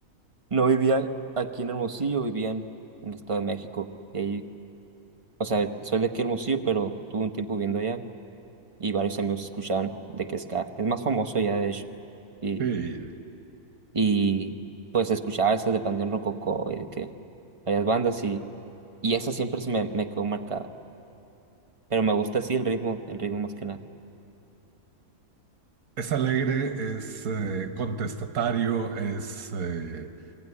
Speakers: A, on the right; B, on the right.
A: no vivía aquí en Hermosillo, vivía en, en el Estado de México. Y ahí, o sea, soy de aquí Hermosillo, pero tuve un tiempo viviendo allá y varios amigos escuchaban de que ska. Es más famoso ya, de hecho. Y,
B: Sí,
A: y pues escuchaba esas de Panteón Rococó y de que varias bandas y, y esa siempre se me, me quedó marcada. Pero me gusta así el ritmo, el ritmo más que nada.
B: es alegre, es eh, contestatario, es eh,